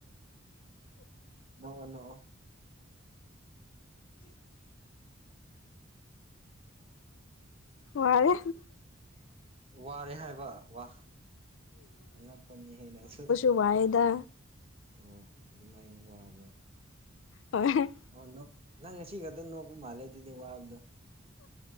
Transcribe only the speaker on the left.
ꯋꯥꯔꯦ
ꯋꯥꯏꯌ‌ꯦꯗ
ꯍꯣꯏ